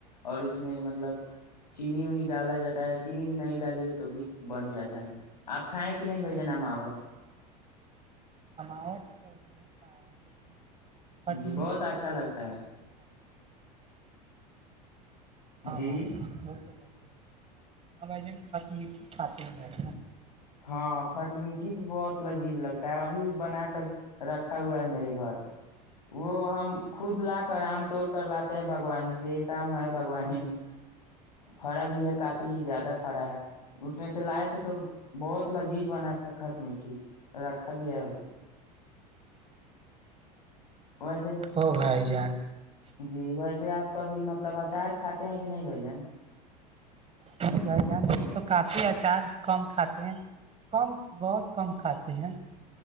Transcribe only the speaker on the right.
ہمار تو نہیں پایا ہے لیکن بٹ
م تو
م
بولتا ہے وہ تھا <unintelligible> ہاں
ہاں بت <unintelligible> ہاں بائی جان خات م ت خات بھ ج <unintelligible>
ہو بھائی جان
نہیں بھائی جان ہم تو کافی اچار کم کھاتے ہیں کم بہت کم کھاتے ہیں